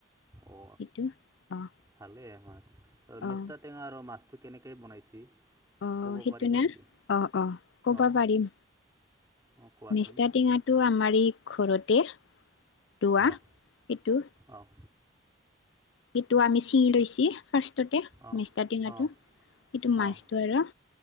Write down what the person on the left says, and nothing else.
সেইটো অ',
অ',
আহ
সেইটো
নে
অ অ কব
পাৰিম
মেচকা টেঙা তটো আমাৰ ই ঘৰতে ৰোৱা
সেইটো
সেইটো আমি ছিঙি লৈছ ফাৰ্ষ্টতে
মেচকা টেঙাটো
সেইটো মাছটো
আৰু